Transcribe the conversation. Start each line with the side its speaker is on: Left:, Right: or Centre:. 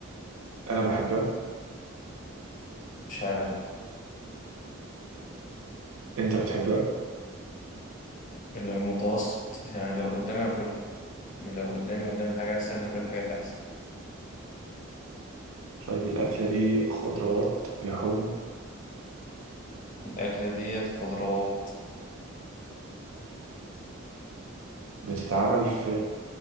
Right: أنا بحبها
Left: مش عارف
Right: أنت بتحبها
Left: إنه المتوسط يعني لو قدامي هاكل لو قدامي قدامي حاجة أحسن هاكل الحاجة اللي أحسن
Right: طيب الأكلة دي خضروات لحوم
Left: الأكلة ديت خضروات
Right: بتتعمل في